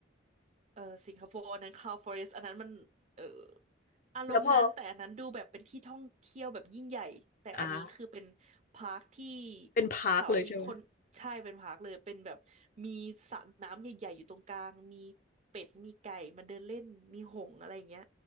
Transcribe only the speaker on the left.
แล้วพออ่าเป็นพาร์คเลยใช่ไหม